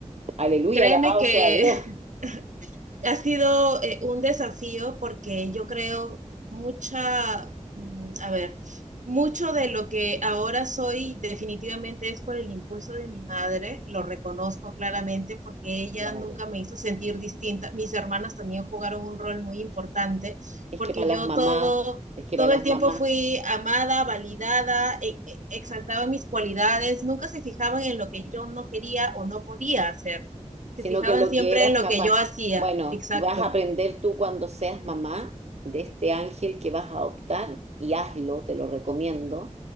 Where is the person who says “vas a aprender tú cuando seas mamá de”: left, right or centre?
Right